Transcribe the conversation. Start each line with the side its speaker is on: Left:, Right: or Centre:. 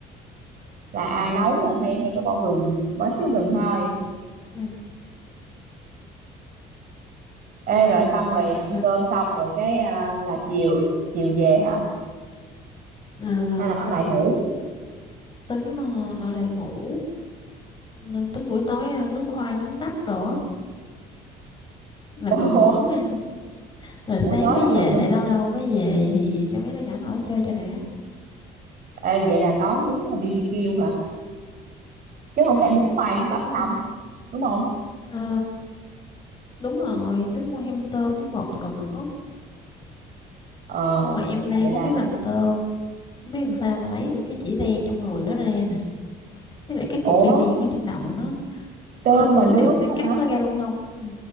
Right: là à nấu là hay hay có bỏ gừng bỏ xíu gừng thôi
Left: Ừ.
Right: Ê rồi xong rồi ăn
Left: ừ.
Right: cơm
Left: Ờ.
Right: xong rồi cái à, là chiều chiều về hả
Left: À,
Right: hay là ở lại
Left: không
Right: ngủ
Left: tính ờ, ở lại ngủ nên tính buổi tối ờ, nướng khoai nướng bắp đồ á, làm
Right: Ủa,
Left: đồ nướng á. rồi
Right: buổi
Left: sáng
Right: tối
Left: mới
Right: là lẩu
Left: về
Right: nướng.
Left: lại lâu lâu mới về thì cho mấy đứa nhỏ nó ở chơi cho đã
Right: Ê, vậy là tối nướng là BBQ hả? Chứ không lẽ nướng khoai nướng bắp
Left: đúng
Right: không?
Left: không
Right: Đúng không?
Left: Ờ, đúng rồi tính mua hem tôm với mực đồ nữa
Right: Ờ,
Left: nhưng mà em đang
Right: vậy
Left: không
Right: là
Left: biết làm tôm không biết làm sao mà lấy được cái chỉ đen trong người nó ra nè với lại cái cục
Right: ủa,
Left: đen đen ở trên đầu nó
Right: tôm
Left: tôm
Right: mà
Left: nướng
Right: nướng
Left: thì mình phải
Right: á
Left: cắt
Right: hả?
Left: nó ra luôn không ừ,